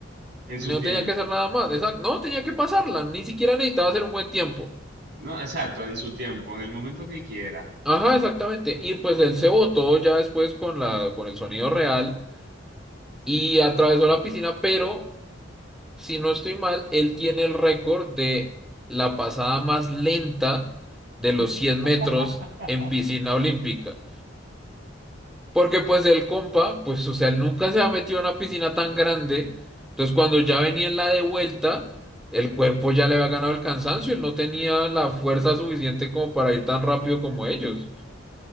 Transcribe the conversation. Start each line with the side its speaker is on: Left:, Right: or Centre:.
Right: En su
Centre: No
Right: tiempo.
Centre: tenía que hacer nada más. Exacto, no tenía que pasarla, ni siquiera necesitaba hacer un buen tiempo.
Right: No, exacto, en su tiempo, en el momento que él quiera.
Centre: Ajá, exactamente. Y pues él se botó ya después con la, con el sonido real y atravesó la piscina, pero si no estoy mal, él tiene el récord de la pasada más lenta de los
Right: <laughs>
Centre: 100 metros en piscina olímpica. Porque pues el compa, pues o sea, él nunca se ha metido en una piscina tan grande. Entonces cuando ya venía en la de vuelta, el cuerpo ya le había ganado el cansancio. Él no tenía la fuerza suficiente como para ir tan rápido como ellos.